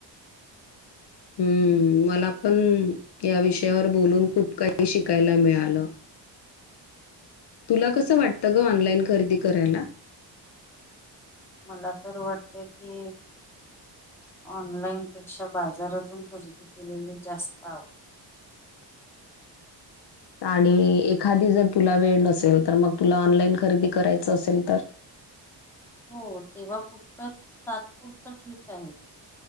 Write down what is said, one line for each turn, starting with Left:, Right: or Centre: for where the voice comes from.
Left: हम्म मला पण या विषयावर बोलून खूप काही शिकायला मिळालं तुला कसं वाटतं ग ऑनलाईन खरेदी करायला
Centre: मला तर वाटते कि ऑनलाईनपेक्षा बाजारातून खरेदी केलेली जास्त आवडते
Left: आणि एखादी जर तुला वेळ नसेल तर मग तुला ऑनलाईन खरेदी करायचं असेल तर
Centre: हो तेव्हा पुरतं तात्पुरत ठीक आहे